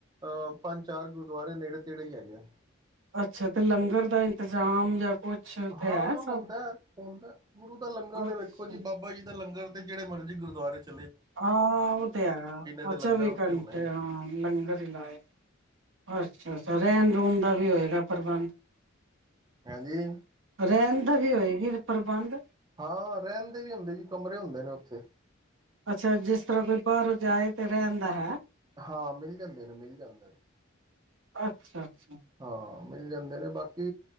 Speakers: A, on the right (about 20°); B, on the right (about 65°).
A: ਅਹ ਪੰਜ ਚਾਰ ਗੁਰਦੁਆਰੇ ਨੇੜੇ ਤੇੜੇ ਹੀ ਹੈਗੇ ਨੇ
B: ਅੱਛਾ ਤੇ ਲੰਗਰ ਦਾ ਇੰਤਜ਼ਾਮ ਜਾਂ ਕੁਛ
A: ਹਾਂ
B: ਤੇ ਹੈ
A: ਹੁੰਦਾ
B: ਸਭ
A: ਹੁੰਦਾ ਗੁਰੂ ਦਾ ਲੰਗਰ ਤੇ
B: ਅੱਛਾ।
A: ਵੇਖੋ ਜੀ ਬਾਬਾ ਜੀ ਦਾ ਲੰਗਰ ਜਿਹੜੇ ਮਰਜ਼ੀ ਗੁਰਦੁਆਰੇ ਚ
B: ਹਾਂ ਉਹ ਤੇ ਹੈ
A: ਤੇ ਲੰਗਰ
B: ਚੌਵੀ
A: ਉੱਥੇ
B: ਘੰਟੇ
A: ਹੋਣਾ ਹੀ ਹੋਣਾ
B: ਹਾਂ ਲੰਗਰ ਹੀ ਲਾਏ ਅੱਛ ਅੱਛਾ। ਰਹਿਣ ਰੂਣ ਦਾ ਵੀ ਹੋਏਗਾ ਪ੍ਰਬੰਧ
A: ਹਾਂਜੀ
B: ਰਹਿਣ ਦਾ ਵੀ ਹੋਏ ਇਹ ਪ੍ਰਬੰਧ
A: ਹਾਂ ਰਹਿਣ ਦੇ ਵੀ ਹੁੰਦੇ ਜੀ ਕਮਰੇ ਹੁੰਦੇ ਨੇ ਉੱਥੇ
B: ਅੱਛਾ ਜਿਸ ਤਰ੍ਹਾਂ ਕੋਈ ਬਾਹਰੋਂ ਜਾਏ ਤੇ ਰਹਿੰਦਾ ਹੈ
A: ਹਾਂ ਮਿਲ ਜਾਂਦੇ ਨੇ, ਮਿਲ ਜਾਂਦੇ ਨੇ
B: ਅੱਛਾ। ਅੱਛਾ।
A: ਹਾਂ ਮਿਲ ਜਾਂਦੇ ਨੇਂ ਬਾਕੀ